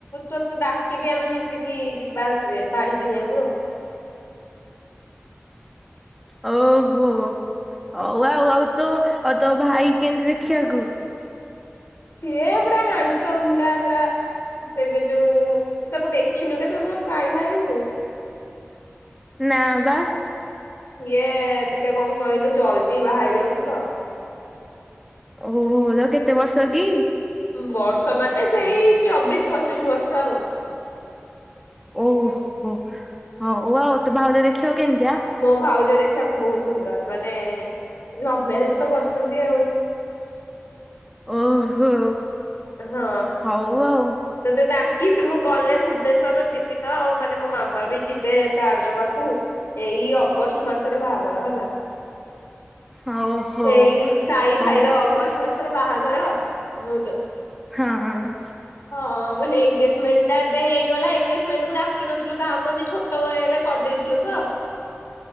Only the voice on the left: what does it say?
ତୋ ତତେଡା କିବି ଆମେ ମିଶିକି ଯିବା ଆଉ ଥରେ ଶାଢୀ କିଣିଆକୁ ଆଉ।
ସିଏ ପୁରା ହ୍ୟାଣ୍ଡସମ୍ ଟା ପୁରା ତେଵେ ଯୋଉ, ତୁ ତାକୁ ଦେଖିନୁ କେବେ ମୋ ସାଇ ଭାଇଙ୍କୁୁ।
ଇଏ ଟିକେ କଣ କହିଲୁ ଜଲଦି ବାହା ହେଇ ଯାଉଛି ତ।
ବର୍ଷ ମାନେ ସେଇ ଚବିଶ, ପଚିଶ ବର୍ଷ ଆଉ।
ମୋ ଭାଉଜ ଦେଖିବାକୁ ବହୁତ ସୁନ୍ଦର, ମାନେ ଲଭ ମ୍ୟାରେଜ ତ କରୁଛନ୍ତି ଆଉ।
ହଁ।
ତତେ ଡାକିବି ମୁଁ ଗଲେ ଭୁବନେଶ୍ଵର ଯିବି ତ ଆଉ ମାନେ ମୋ ମାମୁଁ ମା ବି ଯିବେ କାର୍ଡ ଦବାକୁ ଏଇ ଅଗଷ୍ଟ ମାସରେ ବାହାଘର ହେଲା।
ଏଇ ସାଇ
ଭାଇର ଅଗଷ୍ଟ ମାସରେ ବାହାଘର, ମୁଁ ତ
ହଁ ମାନେ ଏନଗେଜମେଣ୍ଟ ଟା ଏବେ ହେଇଗଲା, ଏନଗେଜମେଣ୍ଟକୁ ଡାକିନଥିଲୁ କାହାକୁ ଏମତି ଛୋଟ୍ ର ଏ ରେ କରିଦେଇଥିଲୁ ତ।